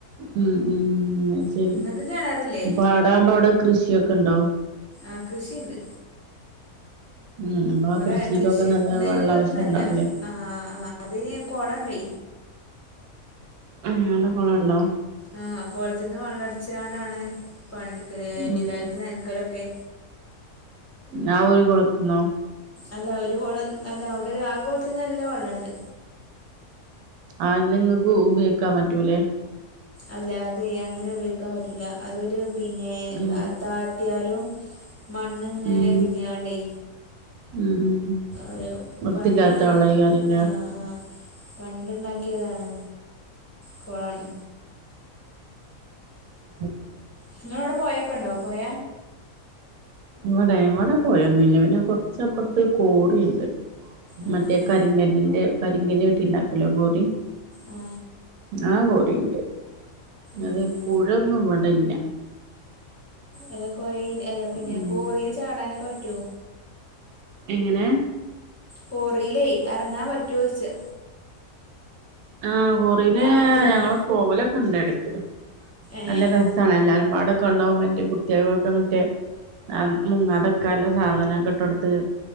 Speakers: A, on the right; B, on the left.
A: ഉം <unintelligible> ഉം ഉം അ ശരി
B: നിങ്ങൾക്ക് കിണറില്ലേ
A: ഇപ്പ പാടാവുമ്പോ അവിടെ കൃഷിയൊക്കെ ഇണ്ടോ
B: ആ കൃഷി ഇണ്ട്
A: ഉം അപ്പൊ
B: ഇവടെ
A: ആ കൃഷിക്കൊക്കെ
B: കൃഷി
A: നല്ല
B: നെല്ലൊന്നുനല്ല
A: വെള്ള ആവശ്യം ഉണ്ടാവൂലേ
B: ആ അതിന് കൊളണ്ടെ
A: ഉം <unintelligible> കുളണ്ടോ
B: ആ കൊളത്ന്ന് വള്ളം അട്ച്ച് കാണ്ടാണ് പണിട്ക്കല്
A: ഉം
B: എല്ലാരും നൻക്കലൊക്കെ
A: ന്നാ ഒരു കൊളത്തുന്നോ
B: അല്ല ഒരു കുളം അല്ല അവ്ടെ ഒരു ആ കോളത്ത് നല്ല വള്ളംണ്ട്
A: ആ നിങ്ങക്ക് ഉപയോഗിക്കാൻ പറ്റൂലേ
B: അല്ല അതെ അങ്ങനെ ഉപയോഗിക്കാൻ പറ്റൂല അതൊരു പിന്നെ <unintelligible>
A: ഉം
B: ലും മണ്ണിങ്ങനെ
A: ഉം
B: ഇട്ഞ്ങ്ങാണ്ടേ
A: ഉം ഉം
B: ഒരു
A: വൃത്തില്ലാത്ത
B: പണ്ട്
A: വെള്ളായിക്കാരല്ലേ
B: ആ ആ പണ്ട്ണ്ടാക്കിയതാണ് കൊളാണ്
A: ഉ
B: നിങ്ങളവ്ടെ പോയൊക്കെണ്ടോ പോഴ
A: ഇവടെ ഇവടെ പോയൊന്നുംല്ല പിന്നെ കോർച്ചപോർത്ത് കോറിണ്ട്
B: ആഹ്
A: മറ്റേ കരിങ്കല്ലിന്റെ കരിങ്കല്ല് വേട്ടിണ്ടാക്കൂലോ കോറി
B: ആ
A: ആ കോറിണ്ട് ല്ലാതെ
B: ഉം
A: പുഴന്നും വടല്ല
B: ആ കൊയ പിന്നെ
A: ഉം
B: കോറില് ചാടാനൊക്കെ പറ്റൊ
A: എങ്ങനെ
B: കോറില് എറങ്ങാൻ പറ്റൊച്ചാ
A: ആ കോറില്
B: പറ്റുവോന്ന്
A: ഞങ്ങള് പോവലൊക്കെ ഇണ്ട് എടക്ക്
B: ഏഹ്
A: നല്ല രസാണ് എല്ലാരും മടൊക്കെ ണ്ടാവും മറ്റേ കുട്ട്യാക്കൊക്കെ മറ്റേ ആ മുങ്ങാതക്കാള്ളെ സാധനൊക്കെ ഇട്ട് കൊടുത്